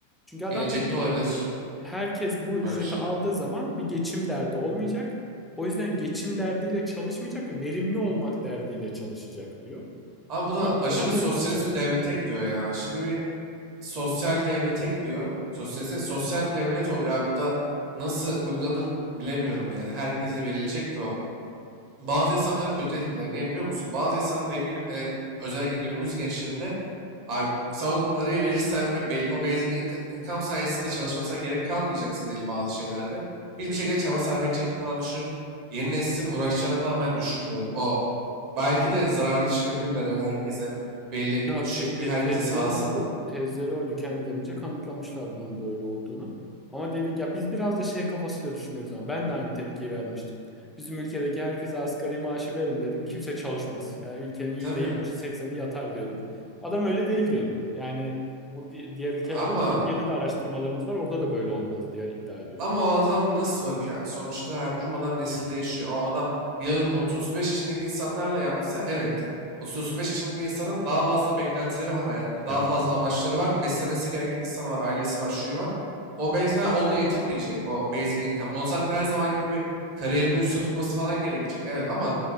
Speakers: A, in the centre; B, on the right (about 45°).
A: Çünkü adam
B: Gelecekte
A: diyor ki
B: olabilir
A: herkes bu ücreti
B: böyle bir şey.
A: aldığı zaman bir geçim derdi olmayacak. O yüzden geçim derdiyle çalışmayacak, verimli olmak derdiyle çalışacak diyor.
B: Ama bu
A: Buna
B: da
A: nazaran
B: aşırı
A: verim
B: sosyalist
A: artacak
B: bir
A: diyor.
B: devlete gidiyor ya. Aşırı bir sosyal devlete gidiyor. Sosyalist, sosyal bir devlet oluyor abi. Bu da nasıl uygulanır bilemiyorum yani. Herkese verilecek de o. Bazı insanları kötü etkiler. Niye biliyor musun? Bazı insanlar eminim hele özellikle günümüz gençlerinde abi sen o parayı verirsen ve belli, o basic inco- income sayesinde çalışmasına gerek kalmayacaksa diyelim bazı şeylerde hiçbir şekilde çaba sarf edeceklerini falan düşünüp yeni neslin uğraşacağını falan ben düşünmüyorum. O belki de zararlı çıkabilirler öyle herkese belli
A: Ya
B: düşük
A: te- te-
B: bir herkese
A: tezleri
B: sağlasan
A: oydu.
B: onu.
A: Tezleri oydu. Kendilerince kanıtlamışlar bunun böyle olduğunu. Ama dedik ya biz biraz da şey kafasıyla düşünüyoruz ama ben de aynı tepkiyi vermiştim. Bizim ülkedeki herkese asgari maaşı verin dedim. Kimse çalışmaz. Yani ülkenin %70'i
B: Tabii
A: 80'i yatar diyordum. Adam öyle değil diyordu. Yani bu di- diğer ülkelerde
B: ama
A: Türkiye'de de araştırmalarımız var. Orada da böyle olmaz diye iddia ediyordu.
B: Ama o adam nasıl bakıyor abi? Sonuçta her durmadan nesil değişiyor. O adam gidiyor 30-35 yaşındaki insanlarla yapsa evet. 30-35 yaşındaki insanın daha fazla beklentileri var hayatta.
A: İdealleri.
B: Daha fazla amaçları var. Beslemesi gereken insanı var. Ailesi var. Şuyu var. O belki de onunla yetinmeyecek. O basic income. Onun zaten her zamanki gibi kariyerini üstte tutması falan gerekecek. Evet ama